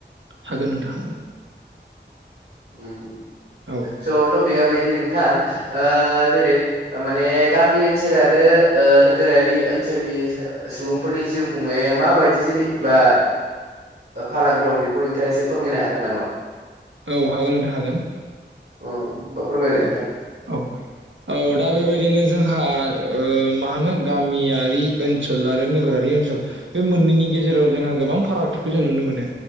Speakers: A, on the right; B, on the right.
A: हागोन नोंथां हागोन।
B: उम
A: औ
B: जोंहाबो बे टपिका बेबायदि नोंथां नोंथां जेरै माने गामि ओनसोल आरो नोगोरारि ओनसोलनि सुबुंफोरनि जिउ खुंनाया माबायदि जेनेबा फाराग दं बेखौ नोंथाङा एसे फोरमायनो हागोन नामा?
A: औ हागोन नोंथा हागोन।
B: औ फोरमायलाय नोंथां
A: औ औ औ दा बेबायदिनो जोंहा मा होनो गामियारि ओनसोल आरो नोगोरारि ओनसोल बे मोननैनि गेजेराव जोंहा गोबां फारागथिखौ जों नुनो मोनो